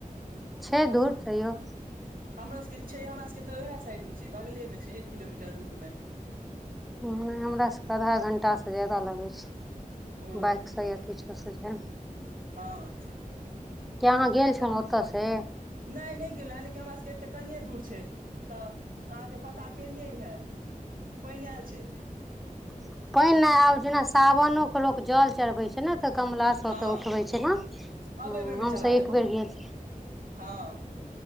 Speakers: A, in the centre; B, on the right (about 80°).
A: छै दूर तैयौ
B: हमरो सभक छै, हमरा सभक तऽ ओहि साइडमे छै, बगलमे छै, एक किलोमीटर दूरमे।
A: हू हमरा सभके आधा घण्टासँ बेसी समय लगैत अछि
B: ओ
A: बाइकसँ या किछुसँ जायमे।
B: हँ
A: किया अहाँ गेल
B: तहन
A: छलौ ओतयसँ
B: नहि नहि गेलहु हेँ लेकिन हमरा सभके एते कनिए दूर छै तऽ अहाँके पता केलियै हे पानि आयल छै
A: ह पानि नहि आबि रहल अछि। जेना सावनमे लोक जल चढ़बैत छथि ने, कमलासँ
B: हँ
A: ओतऽसँ उठबैत छथि ने। ह
B: अब एहि बेर मे चला
A: हम सभ
B: लेबो
A: एक बेर गेल
B: हँ